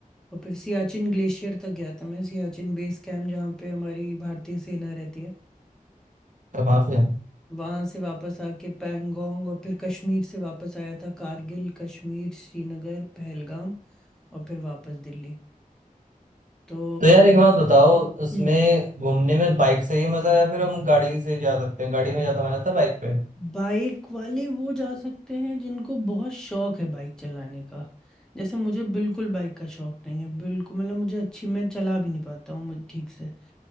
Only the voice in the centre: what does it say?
और फिर सियाचिन ग्लेशियर तक गया था मैं सियाचिन बेस कैंप जहाँ पे हमारी भारतीय सेना रहती है
वहां से वापस आके पैंगोंग और फिर कश्मीर से वापस आया था कारगिल कश्मीर श्रीनगर पहलगाम और फिर वापस दिल्ली तो
हम्म
बाइक वाले वो जा सकते हैं जिनको बहुत शौक है बाइक चलाने का जैसे मुझे बिल्कुल बाइक का शौक नहीं है बिल्कुल मतलब मुझे अच्छी मैं चला भी नहीं पाता हूँ मुझे ठीक से